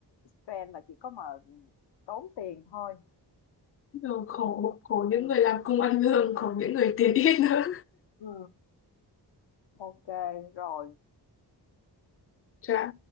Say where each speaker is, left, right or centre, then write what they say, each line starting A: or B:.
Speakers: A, on the left (about 85°); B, on the left (about 35°).
A: trend là chỉ có mà tốn tiền thôi.
B: rồi khổ khổ
A: Ừ.
B: những người làm công ăn lương khổ những người tiền ít nữa
A: Ừ. ok rồi
B: Chả